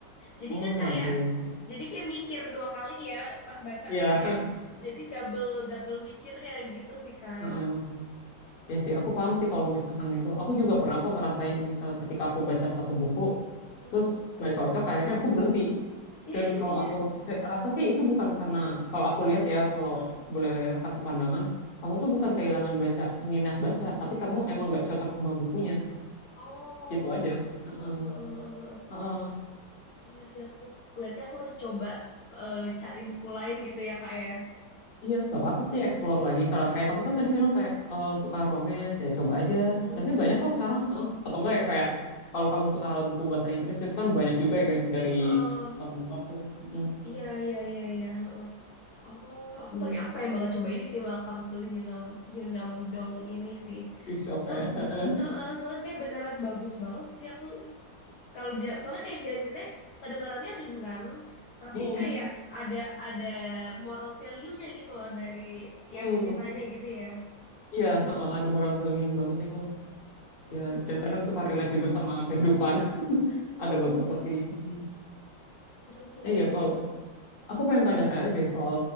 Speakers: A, on the left; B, on the left.
A: jadi
B: Oh
A: kan
B: ya
A: kayak
B: ampun.
A: jadi kayak mikir dua kali ya pas baca
B: Iya.
A: tuh kayak jadi double double mikirnya gitu sih kak
B: Heeh. Ya sih. Aku paham sih kalau misalkan itu. Aku juga pernah aku ngerasain eh, ketika aku baca satu buku,
A: Mm-mm.
B: terus gak cocok, akhirnya aku berhenti.
A: <laughs>
B: Dan kalau
A: iya
B: aku rasa sih itu bukan karena kalau aku lihat ya kalau
A: Mm-mm.
B: boleh kasih pandangan, kamu
A: Mm-mm.
B: tuh bukan kehilangan baca minat baca, tapi kamu emang nggak cocok sama bukunya,
A: oh
B: gitu aja. Heeh.
A: <laughs>
B: Heeh.
A: iya sih aku berarti aku harus coba eh, cari buku lain gitu ya kak ya
B: Iya, nggak apa-apa sih explore lagi. Kalau kayak kamu kan tadi bilang kayak eh, suka romance, ya coba aja.
A: Mm-mm.
B: Lagi banyak kok sekarang. Heeh. Atau enggak ya kayak kalau kamu suka buku bahasa Inggris itu kan banyak juga ya dari
A: Heeh.
B: eh, luar tuh. Heeh.
A: iya iya iya iya Oh, aku
B: Hmm.
A: pakai aku pengen banget coba ini sih Welcome to Yunam Yunam Dong ini sih.
B: Big shop
A: So,
B: ya. <laughs>
A: eh, eh, soalnya kayak beneran bagus banget sih aku kalau dia soalnya kayak cerita-ceritanya kedengarannya ringan tapi
B: Hmm.
A: kayak ada ada moral value-nya gitu loh dari tiap
B: Hmm.
A: ceritanya gitu ya. <laughs>
B: Iya, heeh, ada moral value-nya banget itu.
A: Mm-mm.
B: Ya, dan kadang suka relate juga sama kehidupan. <laughs>
A: Iya,
B: Ada beberapa
A: iya, iya.
B: sih. Mm.
A: Seru, seru,
B: Eh
A: seru
B: ya kalau
A: banget.
B: aku pengen tanya-tanya deh soal